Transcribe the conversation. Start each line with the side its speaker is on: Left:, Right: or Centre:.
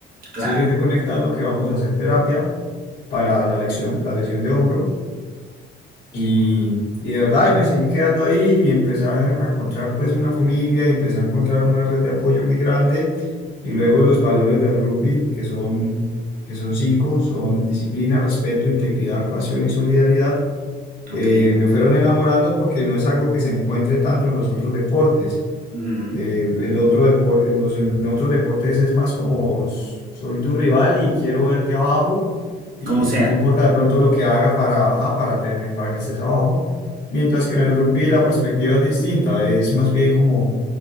Right: claro,
Left: Síguete conectando que vamos a hacer terapia para la lesión, la lesión de hombro. Y, y de verdad, y me seguí quedando ahí y empecé a encontrar pues una familia y empecé a encontrar una red de apoyo muy grande. Y luego los valores del rugby, que son, que son cinco, son disciplina, respeto, integridad, pasión y solidaridad eh,
Right: ok.
Left: me fueron enamorando porque no es algo que se encuentre tanto en los otros deportes.
Right: Ujú.
Left: Eh, el otro depor- los, en otros deportes es más como s- soy tu rival y quiero verte abajo y
Right: Como sea.
Left: no me importa de pronto lo que haga para, ajá, para tener, para que estés abajo. Mientras que en el rugby la perspectiva es distinta, es más bien como